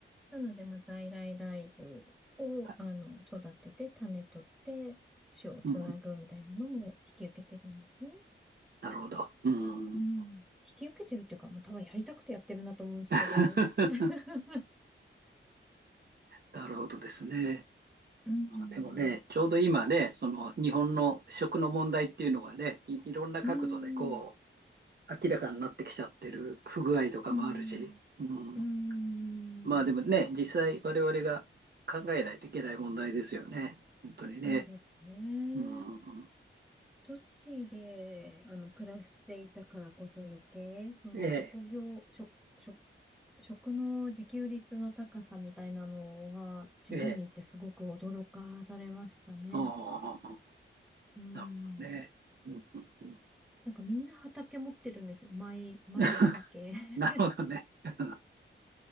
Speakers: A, in the centre; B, on the right.
A: なので、まあ、在来大豆を、
B: はい。
A: あの、育てて、種取って、種をつなぐみたいなのも引き受けてるんですね。
B: うんうん、なるほど。うん。
A: うん。引き受けてるっていうか、まあ、多分やりたくてやってるなと思うんですけど。
B: <laughs>
A: <laughs>
B: なるほどですね。
A: うん。
B: でもね、ちょうど今ね、その日本の食の問題っていうのがね、い、いろんな角度でこ
A: うん。
B: う、明らかになってきちゃってる不具合とかもあるし、
A: うん。
B: うん。
A: うん。うん
B: まあでもね、実際我々が考えないといけない問題ですよね。本当にね。
A: そうですね。
B: うんうんうん。
A: 都市で、あの、暮らしていたからこそ余計、その職業、
B: ええ、
A: 食、食、食の自給率の高さみたいなのが地方に行ってすごく驚かされましたね。
B: ええ。ああ。
A: うん。
B: なるほどね。うんうんうん、
A: なんかみんな畑持ってるんですよ。マイ、マイ畑。
B: <laughs>
A: <laughs>
B: なるほどね。うん